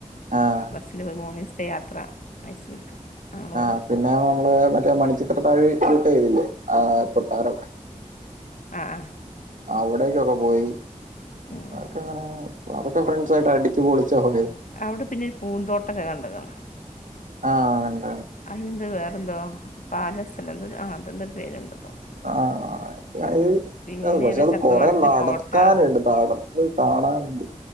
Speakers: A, on the right; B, on the left.
A: ആഹ്
B: ബസിന് പോയി. മൂന്ന് ദിവസത്തെ യാത്ര. മൈസൂർക്ക്. ഞങ്ങളെ ഇവിടുന്ന്
A: ആ പിന്നെ നമ്മള് മറ്റ മണിച്ചിത്ര താഴി ഷൂട്ട് ചെയ്തില്ലേ ആ കൊട്ടാരൊക്കെ
B: ആ ആ
A: അവിടേക്കൊക്കെ പോയി.
B: ഉം
A: ആർക്കങ്ങനെ അതൊക്കെ്രണ്ട്സായിട്ട് അടിച്ച് പളിച്ചാ <unintelligible>
B: അവിടെ പിന്നെ ഒരു പൂന്തോട്ടൊക്കെ കണ്ടക്ണ്.
A: ആഹ
B: അതിന്ത വേറെ എന്തോ പാല സ്ഥലം എന്ത ആ അതെന്തരു പേരുണ്ടോ?
A: ആഹ
B: പിന്നെ
A: പക്ഷെ
B: ഏതോ
A: അത്
B: ചക്രവാത്തിന്റെ
A: കൊറ നടക്കാനുണ്ട്.
B: കോട്ട
A: നടാൻ ത് കാണാനുണ്ട്.